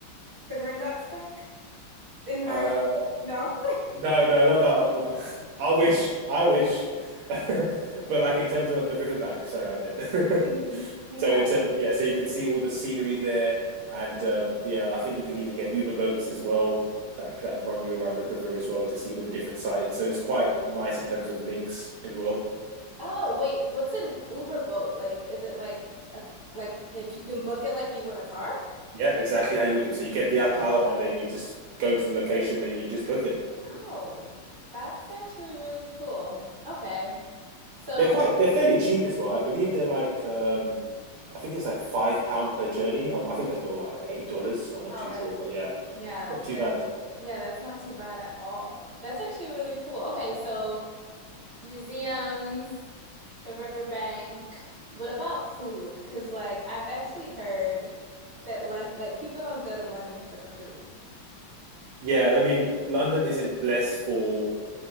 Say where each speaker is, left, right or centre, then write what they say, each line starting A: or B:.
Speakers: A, on the right; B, on the right.
A: the Gringotts Bank in Harry.
B: Uh,
A: No. <laughs>
B: no, no, not that. one. <laughs> I wish, I wish, <laughs> but like in terms of the riverbank. Sorry, I meant. <laughs>
A: Mhm. Okay.
B: So it's um yeah, so you can see all the scenery there, and um yeah, I think you can even get Uber boats as well that that run you around the river as well to see all the different sites. So it's quite nice in terms of links as well.
A: Oh, wait. What's an Uber boat? Like, is it like a like like you can book it like you would a car?
B: Yeah, exactly how you would do. So you get the app out, and then you just go to the location, and you just book it.
A: Oh, that's actually really cool. Okay. So,
B: They're quite they're fairly cheap as well. I believe they're like um I think it's like five pound per journey. Um, I think that's probably like eight dollars. I'm not
A: Oh,
B: too
A: that's
B: sure, but yeah,
A: Yeah,
B: not too
A: that,
B: bad.
A: yeah, that's not too bad at all. That's actually really cool. Okay, so museums, the riverbank. What about food? Because like I've actually heard that Lon like people don't go to London for the food.
B: Yeah, I mean London isn't blessed for